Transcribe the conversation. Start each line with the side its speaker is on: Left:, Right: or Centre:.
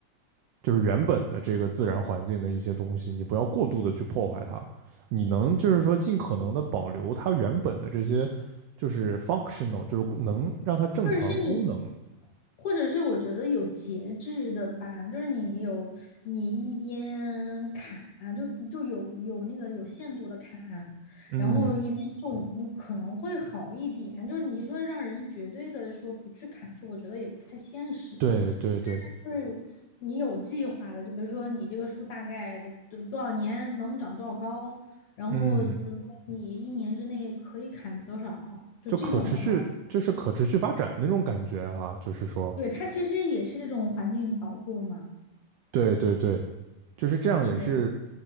Right: 就是原本的这个自然环境的一些东西，你不要过度的去破坏它，你能就是说尽可能的保留它原本的这些就是 functional，就是能让它正常功能。
Left: 或者是你，或者是我觉得有节制的吧，就是你有你一边砍，就就有有那个有限度的砍，
Right: 嗯，
Left: 然后一边种，你可能会好一点。就是你说让人绝对的说不去砍树，我觉得也不太现实。
Right: 对对对，
Left: 就是你有计划的，就比如说你这个树大概多多少年能长多少高，然后比如说你一年之内可以砍多少，
Right: 嗯。
Left: 就这种的话，
Right: 就可持续，就是可持续发展那种感觉哈、就是说，
Left: 对，它其实也是一种环境保护嘛。
Right: 对对对，就是这样也是
Left: 对，